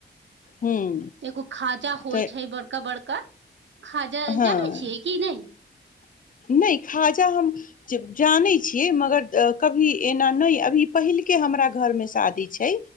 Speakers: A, on the left; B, on the right.
A: हूँ
B: एगो खाजा होइ
A: तऽ
B: छै बड़का बड़का खाजा
A: हँ
B: जानै छियै कि नहि
A: नहि खा बच्चा हम जानै छियै मगर कभी एना नहि अभी पहिलके हमरा घर मे शादी छै